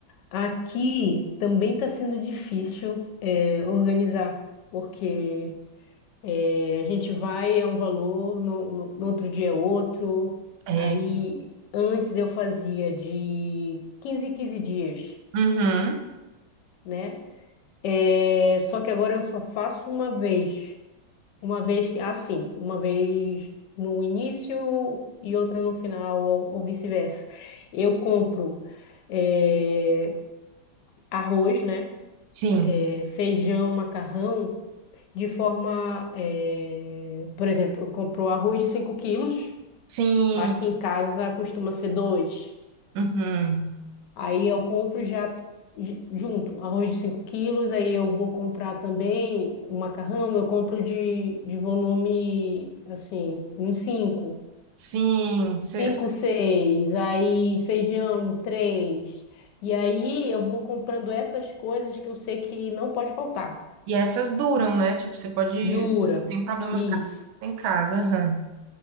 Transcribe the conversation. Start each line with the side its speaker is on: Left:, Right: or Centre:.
Left: aqui também tá sendo difícil é, organizar, porque é, a gente vai, é um valor, no, no- no outro dia é outro.
Right: É.
Left: Aí, antes eu fazia de 15 em 15 dias,
Right: Uhum.
Left: né? É, só que agora eu só faço uma vez. Uma vez que, assim, uma vez no início e outra no final, ou, ou vice-versa. Eu compro eh, arroz, né?
Right: Sim.
Left: eh, feijão, macarrão, de forma. eh, por exemplo, eu compro arroz de 5 quilos,
Right: Sim.
Left: aqui em casa costuma ser 2.
Right: Uhum.
Left: Aí eu compro já ju- junto arroz de 5 quilos, aí eu vou comprar também o macarrão, eu compro de, de volume, assim, uns 5
Right: Sim. Cê-
Left: Cinco, seis, aí feijão, três. E aí eu vou comprando essas coisas que eu sei que não pode faltar.
Right: E essas duram, né? Tipo, você pode...
Left: Dura.
Right: Não tem problema
Left: Isso.
Right: ficar em casa. aham.